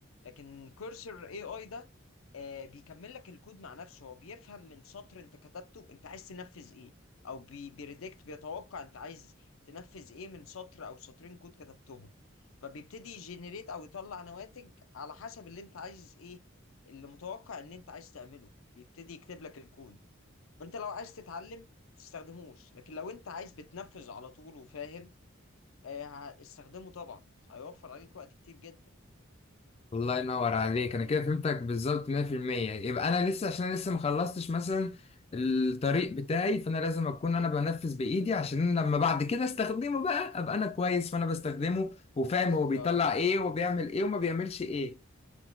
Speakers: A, on the left (about 80°); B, on the left (about 30°).
A: لكن كورسر اي اي ده آه بيكمل لك الكود مع نفسه هو بيفهم من سطر انت كتبته انت عايز تنفذ ايه او بي- بيريدكت بيتوقع انت عايز تنفذ ايه من سطر او سطرين كود كتبتهم فبيبتدي يجنريت او يطلع نواتج على حسب اللي انت عايز ايه اللي متوقع ان انت عايز تعمله بيبتدي يكتب لك الكود فانت لو عايز تتعلم تستخدموش لكن لو انت عايز بتنفذ على طول وفاهم آه، استخدمه طبعا هيوفر عليك وقت كتير جدا
B: الله ينور عليك
A: فاهمني
B: انا كده فهمتك بالظبط 100% يبقى انا لسه عشان انا لسه ما خلصتش مثلا الطريق بتاعي فانا لازم اكون انا بنفذ بايدي عشان لما بعد كده استخدمه بقى ابقى انا كويس فانا بستخدمه وفاهم
A: بالظبط
B: هو بيطلع ايه وبيعمل ايه وما بيعملش ايه